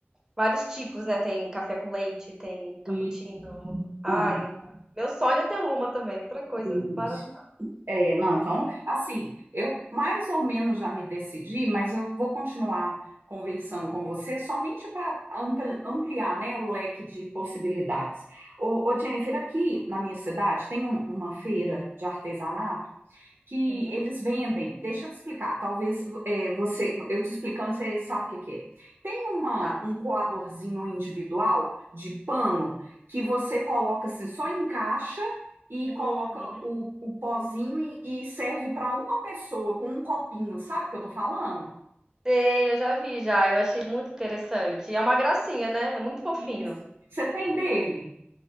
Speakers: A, on the right (about 15°); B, on the right (about 70°).
A: vários tipos, né? Tem café com leite, tem cappuccino.
B: e,
A: Uhum. Ai,
B: aham,
A: eu- meu sonho é ter uma também. Outra coisa
B: isso.
A: maravilhosa.
B: É, não, então, assim, eu mais ou menos já me decidi, mas eu vou continuar conversando com você somente para ampliar, né, o leque de possibilidades. Ô, ô, Jennifer, aqui na minha cidade tem um- uma feira de artesanato que
A: Uhum,
B: eles vendem. Deixa eu te explicar. Talvez é, você, eu te explicando, você sabe o que, que é. Tem uma,
A: tá.
B: um coadorzinho individual de pano que você coloca assim, só encaixa e
A: Hum,
B: coloca
A: uhum.
B: o, o pozinho e, e serve para uma pessoa com um copinho. Sabe o que eu tô falando?
A: Sei, eu já vi já. Eu achei muito interessante. E é uma gracinha, né? É muito fofinho.
B: Isso. Você tem dele?